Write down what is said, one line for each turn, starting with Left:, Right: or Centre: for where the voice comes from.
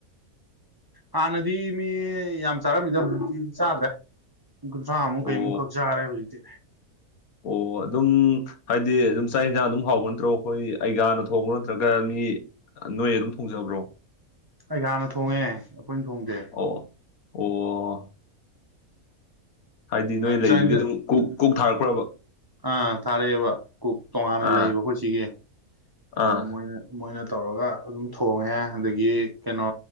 Right: ꯍꯥꯟꯅꯗꯤ ꯃꯤ ꯌꯥꯝ ꯆꯥꯔꯝꯃꯤꯗ ꯍꯧꯖꯤꯛꯇꯤ ꯆꯥꯗ꯭ꯔꯦ ꯃꯤ ꯀꯨꯟꯊ꯭ꯔꯥꯃꯨꯛ
Left: ꯑꯣ
Right: ꯀꯩꯃꯨꯛ ꯈꯛ ꯆꯥꯔꯦ ꯍꯧꯖꯤꯛꯇꯤ
Left: ꯑꯣ ꯑꯗꯨꯝ ꯍꯥꯏꯗꯤ ꯑꯗꯨꯝ ꯆꯥꯛ ꯏꯟꯁꯥꯡ ꯑꯗꯨꯝ ꯍꯥꯎꯕ ꯅꯠꯇ꯭ꯔꯣ ꯑꯩꯈꯣꯏ ꯑꯩꯒꯌꯥ ꯅ ꯊꯣꯡꯕ ꯅꯣ ꯅꯠꯇ꯭ꯔꯒ ꯃꯤ ꯅꯣꯏ ꯑꯗꯨꯝ ꯊꯣꯡꯖꯕ꯭ꯔꯣ
Right: ꯑꯩꯒꯤꯌꯥ ꯅ ꯊꯣꯡꯉꯦ ꯑꯩꯈꯣꯏꯅ ꯊꯣꯡꯗꯦ
Left: ꯑꯣ ꯑꯣ ꯍꯥꯏꯗꯤ ꯅꯣꯏ ꯂꯩꯗꯨꯒꯤ
Right: ꯆꯥꯛ ꯌꯦꯟꯁꯥꯡ
Left: ꯑꯗꯨꯝ ꯀꯨꯛ ꯀꯨꯛ ꯊꯔꯛꯄꯔ꯭ꯕ
Right: ꯑꯥ ꯊꯥꯔꯛꯑꯦꯕ ꯀꯨꯛ ꯇꯣꯉꯥꯟꯅ
Left: ꯑꯥ
Right: ꯂꯩꯕ ꯑꯩꯈꯣꯏ ꯁꯤꯒꯤ ꯑꯗꯣ
Left: ꯑꯥ
Right: ꯃꯣꯏꯅ ꯃꯣꯏꯅ ꯇꯧꯔꯒ ꯑꯗꯨꯝ ꯊꯣꯡꯉꯦ ꯑꯗꯒꯤ ꯀꯩꯅꯣ